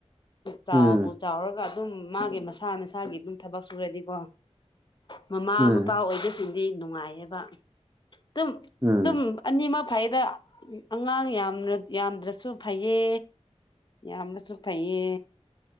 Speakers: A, on the left; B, on the right.
A: ꯆꯥꯎꯕꯨ
B: ꯎꯝ
A: ꯆꯥꯎꯔꯒ ꯑꯗꯨꯝ ꯃꯥꯒꯤ ꯃꯁꯥ ꯃꯁꯥꯒꯤ ꯑꯗꯨꯝ ꯊꯕꯛ ꯁꯨꯔꯗꯤꯀꯣ ꯃꯃꯥ
B: ꯎꯝ
A: ꯃꯄꯥ ꯑꯣꯏꯕꯁꯤꯡꯗꯤ ꯅꯨꯡꯉꯥꯏꯌꯦꯕ ꯑꯗꯨꯝ
B: ꯎꯝ
A: ꯑꯗꯨꯝ ꯑꯅꯤꯃꯛ ꯐꯩꯗ ꯑꯉꯥꯡ ꯌꯥꯝ ꯌꯥꯝꯗ꯭ꯔꯁꯨ ꯐꯩꯌꯦ ꯌꯥꯝꯅꯁꯨꯩ ꯀꯩꯌꯦ